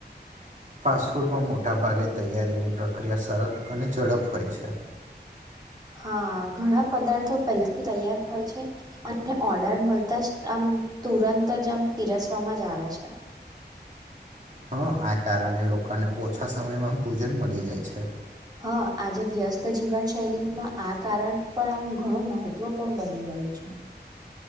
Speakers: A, on the right (about 45°); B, on the right (about 25°).
A: ફાસ્ટફૂડમાં મોટાભાગે તૈયારીની પ્રક્રિયા સરળ અને ઝડપ હોય છે.
B: હા ઘણા પદાર્થો પહેલાથી તૈયાર હોય છે અને ઓર્ડર મલતા જ આમ તુરંત જ આમ પીરસવામાં જ આવે છે.
A: હા આ કારણે લોકોને ઓછા સમયમાં ભોજન મળી જાય છે.
B: હા આજે વ્યસ્ત જીવન શૈલીમાં આ કારણ પણ આામ ઘણું મહત્વપૂર્ણ બની ગયું છે.